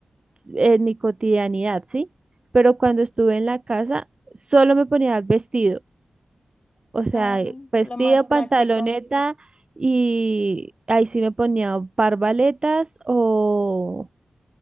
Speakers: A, on the right; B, on the left.
A: en mi cotidianidad, ¿sí? Pero cuando estuve en la casa, solo me ponía vestidos o
B: Claro,
A: sea, vestido,
B: lo más práctico.
A: pantaloneta y ahí sí me ponía o parbaletas o,